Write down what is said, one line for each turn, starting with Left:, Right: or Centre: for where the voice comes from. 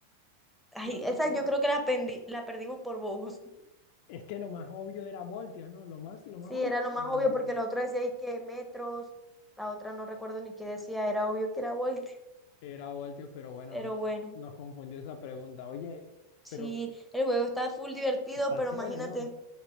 Centre: ay,
Left: a ver,
Centre: esa
Left: dime.
Centre: yo creo que la, pendi- la perdimos por bobos.
Left: Es que lo más obvio era voltios, ¿no? Lo más, lo
Centre: Sí,
Left: más obvio
Centre: era lo más
Left: era voltios.
Centre: obvio porque lo otro decía y que metros, la otra no recuerdo ni qué decía, era obvio que era Volt.
Left: Era voltios, pero bueno,
Centre: Pero
Left: no,
Centre: bueno,
Left: nos confundió esa pregunta. Oye,
Centre: sí,
Left: pero
Centre: el juego está full divertido,
Left: está
Centre: pero
Left: chévere,
Centre: imagínate,
Left: ¿no?